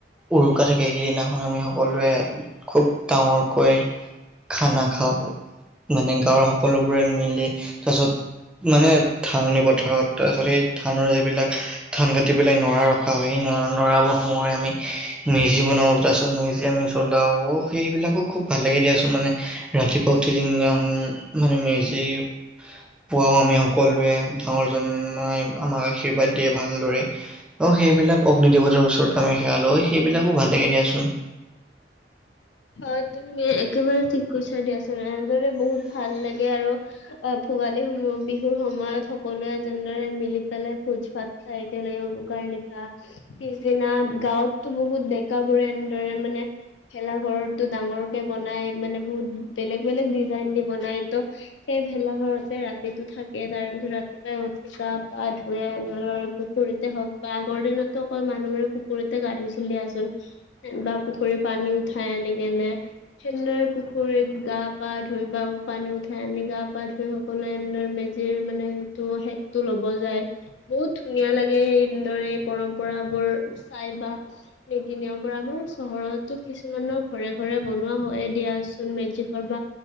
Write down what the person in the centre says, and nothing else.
উৰুকা থাকে সেইদিনাখন আমি সকলোৱে খুব ডাঙৰকৈ খানা খাওঁ মানে গাঁৱৰ সকলোবোৰে মিলি তাৰপিছত মানে ধাননি পথাৰত তাৰপিছত এই ধাননি বিলাক ধান কাটি পেলাই নৰা ৰখা হয় সেই নৰা নৰাবৰ সোমোৱাই আমি মেজি বনাও তাৰচত মেজি আমি জ্বলাও সেই সেবিলাকো খুব ভাল লাগে দিয়াচোন মানে ৰাতি পোৱা উঠি কিনে মানে মেজি পুৱাও আমি সকলোৱে ডাঙৰ জনাই আমাক আশীৰ্বাদ দিয়ে ভালদৰে অ সেইবিলাক অগ্নি দেৱতাৰ ওচৰত আমি সেৱা লৈ অ সেইবিলাকো ভাল লাগে দিয়াচোন